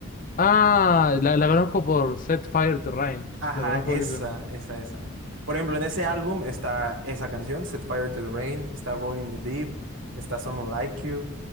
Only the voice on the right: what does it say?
Ajá,
esa,
esa, esa. Por ejemplo, en ese álbum está esa canción, Set Fire to the Rain, está Rolling in the Deep, está Someone Like You.